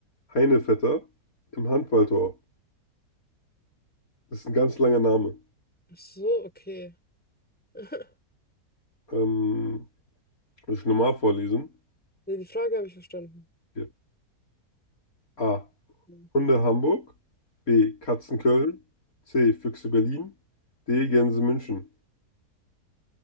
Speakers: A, on the left (about 60°); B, in the centre.
A: Heinevetter im Handballtor? Das ist ein ganz langer Name.
B: Ach so, okay. <laughs>
A: Ähm, muss ich normal vorlesen?
B: Nee, die Frage habe ich verstanden.
A: Hier. A.
B: Hm.
A: Hunde Hamburg. B. Katzen Köln. C. Füchse Berlin. D. Gänse München.